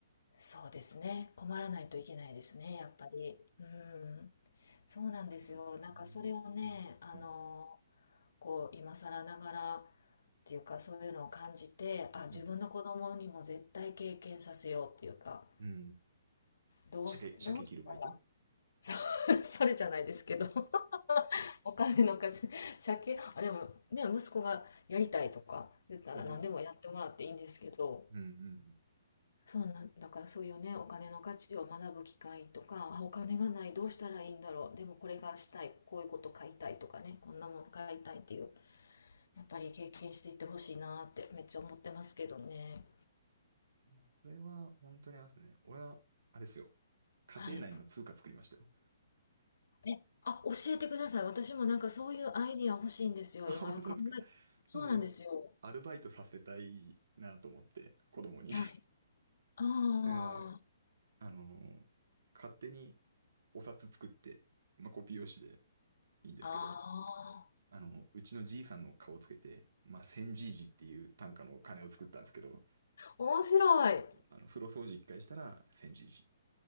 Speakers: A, on the left (about 80°); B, on the right (about 70°).
A: そうですね。困らないといけないですね、やっぱり。うん、そうなんですよ。
B: だったけどな。
A: なんかそれをね、あの、
B: うん。
A: こう今更ながらっていうかそういうのを感じてあ自分の子供にも絶対経験させようっていうか
B: うん。うん。
A: どうす、
B: 鮭、鮭切るバイト
A: どうしたらそう <laughs> それじゃないですけど <laughs> お金の稼ぎ借金あでもね息子がやりたいとか言ったら何でもやってもらっていいんですけど
B: おううん。うんうん
A: そうなんだからそういうねお金の価値を学ぶ機会とかあお金がないどうしたらいいんだろうでもこれがしたいこういうこと買いたいとかねこんなもの買いたいっていうやっぱり経験していってほしいなってめっちゃ思ってますけどね。
B: いやこれは本当にありますね。俺は、あれですよ。家庭内の通貨作りましたよ。
A: はい。え、あ、教えてください。私もなんかそういうアイディア欲しいんですよ。
B: あ、
A: 今考え、
B: 本当ですか。
A: そうなんですよ。
B: その、アルバイトさせたいなと思って、子供に。
A: はい。あ
B: だから、あのー勝手にお札作って、まあ、コピー用紙でいいんですけど、
A: あ、あ
B: あの、うちのじいさんの顔をつけて、まあ、千じいじっていう単価の金を作ったんですけど、
A: あ、面白い。
B: あの、風呂掃除一回したら千じいじ。